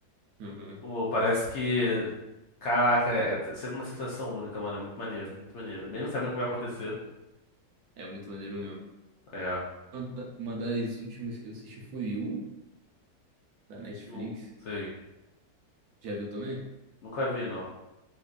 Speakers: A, on the right; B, on the left.
A: Aham.
B: Pô, parece que. Caraca, é é t- sempre uma sensação única, mano. É muito maneiro, muito maneiro. Mesmo sabendo o que vai
A: Cara,
B: acontecer.
A: é muito maneiro. É muito maneiro mesmo.
B: É.
A: Uma da- uma das últimas que eu assisti foi You, da Netflix.
B: Eu sei.
A: Já viu também?
B: Nunca vi, não.